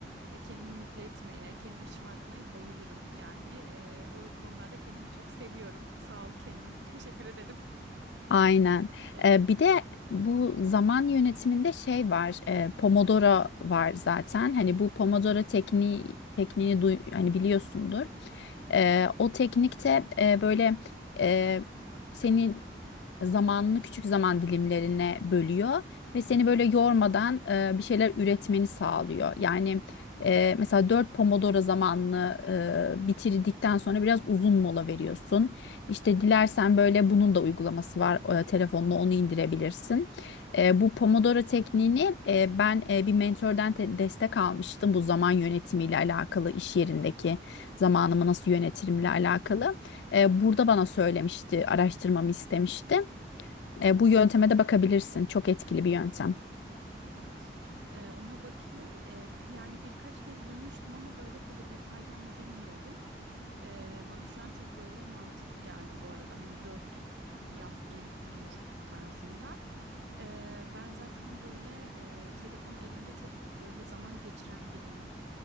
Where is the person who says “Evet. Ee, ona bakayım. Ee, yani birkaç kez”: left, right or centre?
Right